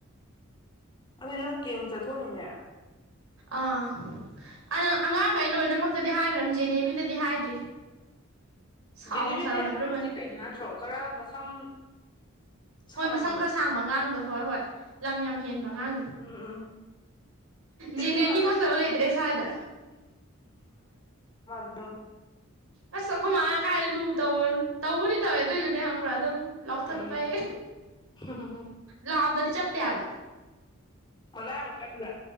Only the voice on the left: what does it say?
ꯑꯅ ꯀꯝ ꯆꯠꯊꯔꯤꯉꯦ
ꯖꯤꯅꯦꯃꯤꯁꯦ
ꯑꯉꯥꯡꯁꯦ ꯀꯩꯗꯣ ꯅꯠꯇ꯭ꯔꯣ ꯈꯔ ꯃꯁꯝ ꯁꯥꯡꯕꯗꯣ
ꯎꯝ ꯎꯝ ꯎꯝ
ꯅꯣꯏ ꯃꯥꯅ
ꯃ
ꯎꯝ
ꯎꯝ
ꯃꯅ ꯑꯃꯨꯛ ꯀ꯭ꯔ